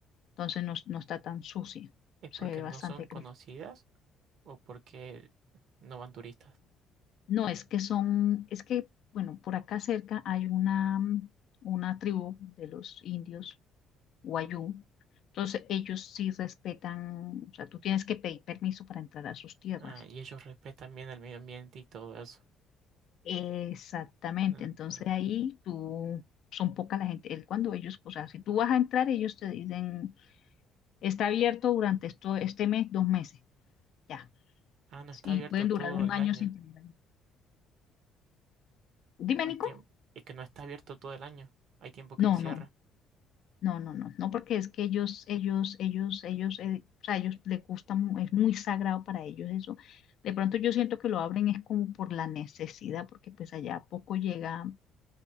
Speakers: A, on the left; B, on the right.
A: entonces no, no está tan sucia,
B: ¿Es
A: se
B: porque
A: ve
B: no
A: bastante
B: son conocidas
A: cristal.
B: o porque no van turistas?
A: No, es que son, es que, bueno, por acá cerca hay una, mm, una tribu de los indios Wayuu. Entonces, ellos sí respetan, o sea, tú tienes que pedir permiso para entrar a sus tierras.
B: Ah, y ellos respetan bien el medio ambiente y todo eso.
A: Exactamente,
B: Ah,
A: entonces
B: ah.
A: ahí tú, son poca la gente, él cuando ellos, o sea, si tú vas a entrar, ellos te dicen, está abierto durante esto, este mes, dos meses, ya,
B: Ah, no está
A: y
B: abierto
A: pueden
B: todo
A: durar un
B: el
A: año
B: año.
A: sin tener. Dime,
B: Hay
A: Nico.
B: tiempo. Es que no está abierto todo el año. Hay tiempo que
A: No,
B: se cierra.
A: no, No, no, no, no, porque es que ellos, ellos, ellos, ellos, eh, o sea, ellos les gusta, mu- es muy sagrado para ellos eso. De pronto yo siento que lo abren es como por la necesidad, porque pues allá poco llega,